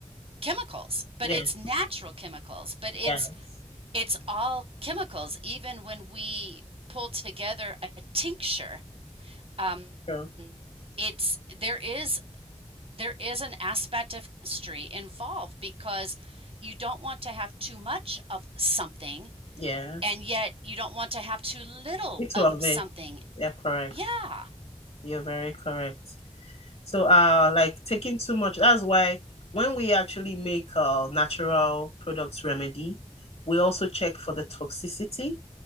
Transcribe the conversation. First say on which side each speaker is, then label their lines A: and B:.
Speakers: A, on the right; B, on the left.
A: chemicals but
B: Yes.
A: it's natural
B: Yes.
A: chemicals but it's
B: Yes.
A: it's all chemicals even when we pull together a tincture um,
B: Sure.
A: it's there is there is an aspect of chemistry involved because you don't want to have too much of something
B: Yes.
A: and yet you don't want to have too little
B: it's
A: of
B: of
A: something.
B: it. Yeah, correct.
A: Yeah.
B: You're very correct. So, uh, like taking too much, that's why when we actually make uh natural products remedy, we also check for the toxicity